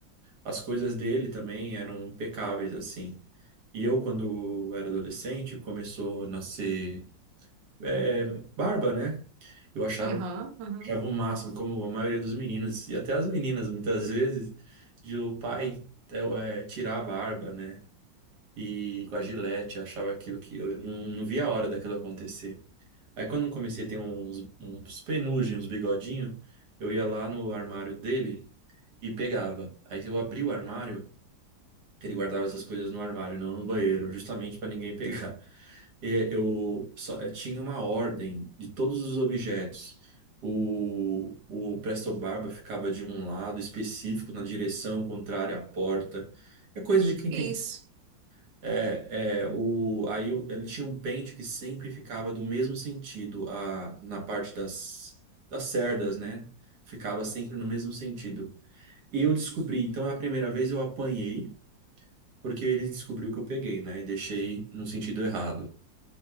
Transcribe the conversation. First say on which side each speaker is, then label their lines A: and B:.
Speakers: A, on the right (about 65°); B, on the right (about 80°).
A: As coisas dele também eram impecáveis assim. E eu, quando era adolescente, começou a nascer é, barba, né? Eu achava,
B: Aham, aham.
A: achava o máximo, como a maioria dos meninos e até as meninas muitas vezes, de o pai é, tirar a barba, né? e com a Gillette, achava aquilo que eu não, não via a hora daquilo acontecer. Aí quando eu comecei a ter uns, uns penugem, uns bigodinhos, eu ia lá no armário dele e pegava. Aí eu abri o armário, que ele guardava essas coisas no armário, não no banheiro, justamente para ninguém pegar. <laughs> E eu só eu tinha uma ordem de todos os objetos. O, o Presto Barba ficava de um lado específico, na direção contrária à porta. É coisa de quem
B: Que
A: tem
B: isso?
A: é, é, o, aí o- ele tinha um pente que sempre ficava do mesmo sentido a, na parte das, das cerdas, né? Ficava sempre no mesmo sentido. E eu descobri, então é a primeira vez eu apanhei, porque ele descobriu que eu peguei, né? E deixei no sentido errado.